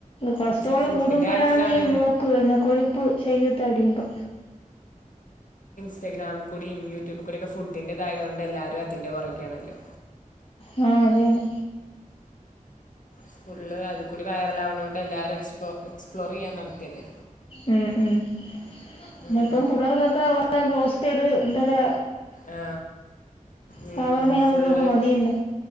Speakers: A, on the left; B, on the left.
A: കൊളസ്ട്രോള്
B: പക്ഷെ ഫുഡിൻ്റെ
A: കൂടുമ്പോഴാണ്
B: കാര്യത്തിലാണ്
A: ഈ ബ്ലോക്ക് വരുന്നെ കൊഴുപ്പ് ശെരീരം തടിയുമ്പോ
B: ഇൻസ്റ്റഗ്രാം കൂടിം യൂട്യൂബ് കൂടിയൊക്ക ഫുഡിൻന്റെ ഇതായതോണ്ട് എല്ലാരും അതിന്റെ പൊറകെയാണല്ലോ
A: ആ അതെ അതെ
B: സ്കൂൾ ൽ അത് കൂടി വൈറൽ ആവ്ണോണ്ട് എല്ലാരും എക്സ്പ്ലോ എക്സ്പ്ലോർ ചെയ്യാൻ നട്ക്കല്ലേ
A: ഉം ഉം പിന്നെ
B: ഉം.
A: ഇപ്പം പുള്ളേർക്കൊക്കെ അവര്ടെ ബ്രാസ്റ്റഡ് എന്തരാ
B: ആ ഉം
A: ഷവർമ അതും
B: ഫുള്ള്
A: ഇതൊക്കെ മതിയല്ലേ